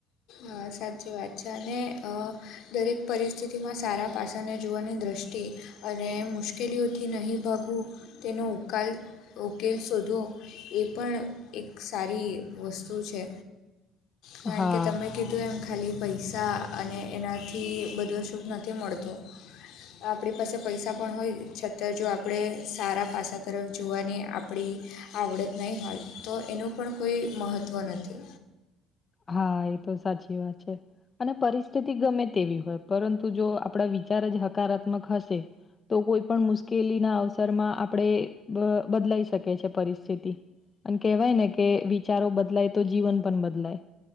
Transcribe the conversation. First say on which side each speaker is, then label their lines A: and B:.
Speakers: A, on the left (about 60°); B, on the left (about 30°).
A: હા સાચી વાત છે અને હ દરેક પરિસ્થિતિમાં સારા પાસાને જોવાની દૃષ્ટિએ અને મુશ્કેલીઓથી નહીં ભાગવું તેનો ઉકાલ ઉકેલ શોધવો એ પણ એક સારી વસ્તુ છે કારણ
B: હા
A: કે મે કીધું એમ ખાલી પૈસા અને એનાથી બધો શુભ નથી મળતો આપણી પાસે પૈસા પણ હોય છતાં જો આપણે સારા પાસા તરફ જોવાની આપણી આવડત નહીં હોય તો એનું પણ કોઈ મહત્ત્વ નથી
B: હા એ તો સાચી વાત છે. અને પરિસ્થિતિ ગમે તેવી હોય પરંતુ જો આપણા વિચાર જ હકારાત્મ મક હશે તો કોઈ પણ મુશ્કેલીના અવસરમાં આપણે બદલાઈ શકે છે પરિસ્થિતિ અને કેહેવાય ને કે વિચારો બદલાય તો જીવન પણ બદલાય